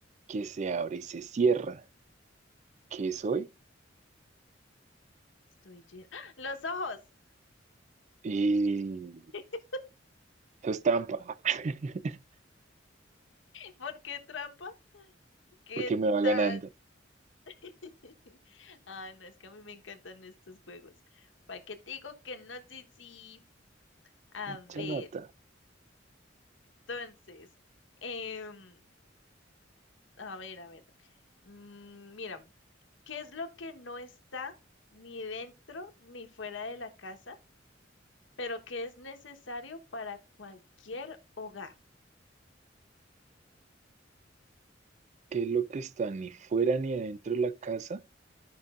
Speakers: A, on the right (about 40°); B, on the left (about 75°).
A: que se abre y se cierra. ¿Qué soy?
B: Estoy lleno. <gasps> ¡Ah! ¡Los ojos!
A: Y
B: <laughs>
A: eso es trampa, <laughs>
B: ¿Por qué trampa? ¿Qué
A: porque me va
B: tal?
A: ganando.
B: <laughs> Ah, no, es que a mí me encantan estos juegos. ¿Para qué te digo que no sé si... A
A: Mucha
B: ver,
A: nota.
B: entonces. em, a ver, a ver. Mm, mira, ¿qué es lo que no está ni dentro ni fuera de la casa, pero que es necesario para cualquier hogar?
A: ¿Qué es lo que está ni fuera ni adentro de la casa?